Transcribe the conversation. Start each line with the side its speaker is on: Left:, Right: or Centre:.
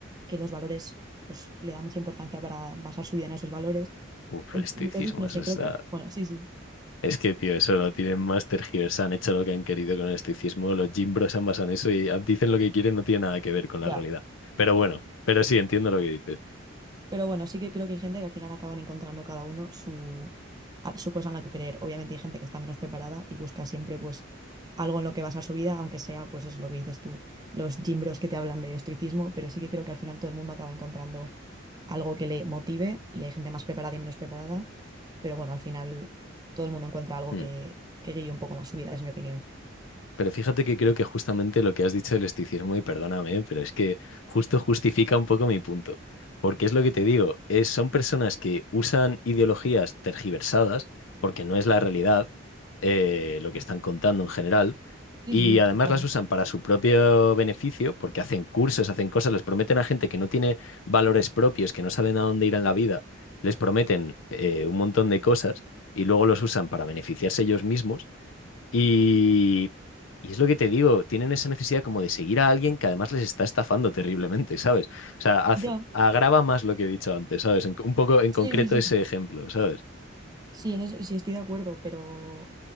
Right: que los valores, pues, le da mucha importancia para basar su vida en esos valores.
Left: Uf,
Right: En-
Left: el estoicismo,
Right: Entonces, no
Left: eso
Right: sé,
Left: está...
Right: creo que, bueno, sí, sí,
Left: Es que, tío, eso lo tienen más tergiversado, han hecho lo que han querido con el estoicismo, los gimbros han basado en eso y dicen lo que quieren, no tiene nada que ver con la
Right: ya.
Left: realidad. Pero bueno, pero sí, entiendo lo que dices.
Right: Pero bueno, sí que creo que hay gente que al final acaban encontrando cada uno su, a- su cosa en la que creer. Obviamente hay gente que está menos preparada y busca siempre pues algo en lo que basar su vida, aunque sea pues es lo que dices tú, los gym bros que te hablan de estoicismo, pero sí que creo que al final todo el mundo acaba encontrando algo que le motive y hay gente más preparada y menos preparada, pero bueno, al final todo el mundo encuentra algo
Left: Mm.
Right: que, que guíe un poco más su vida, es mi opinión.
Left: Pero fíjate que creo que justamente lo que has dicho del esticismo, y perdóname, pero es que justo justifica un poco mi punto. Porque es lo que te digo, es, son personas que usan ideologías tergiversadas, porque no es la realidad eh, lo que están contando en general,
Right: Sí,
Left: y
Right: sí,
Left: además
Right: total.
Left: las usan para su propio beneficio, porque hacen cursos, hacen cosas, les prometen a gente que no tiene valores propios, que no saben a dónde ir en la vida, les prometen eh, un montón de cosas y luego los usan para beneficiarse ellos mismos y, y es lo que te digo, tienen esa necesidad como de seguir a alguien que además les está estafando terriblemente, ¿sabes? O sea, haz-
Right: Ya.
Left: agrava más lo que he dicho antes, ¿sabes? En- un poco en concreto
Right: Sí, sí, sí.
Left: ese ejemplo, ¿sabes?
Right: Sí, en eso sí estoy de acuerdo, pero,